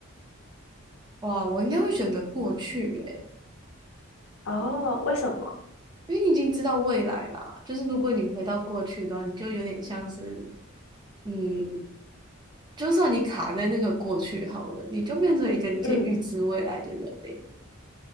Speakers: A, on the right; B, on the left.
A: 哇，我应该会选择过去耶，
B: 哦，为什么？
A: 因为你已经知道未来啦。就是如果你回到过去的话，你就有点像是，嗯，就算你卡在那个过去好了，你就变成一个你可以预知未来的人嘞。
B: 嗯